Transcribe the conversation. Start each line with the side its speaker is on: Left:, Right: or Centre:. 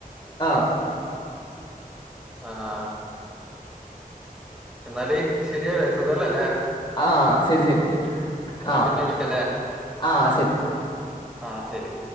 Left: ആ
Centre: ആഹ് എന്നാല് ശരിയല്ലേ സുഖല്ലല്ലേ
Left: ആ ശരി ശരി
Centre: എന്നാ
Left: ആ
Centre: പിന്നെ വിളിക്കല്ലേ
Left: ആ ശരി
Centre: ആഹ് ശരി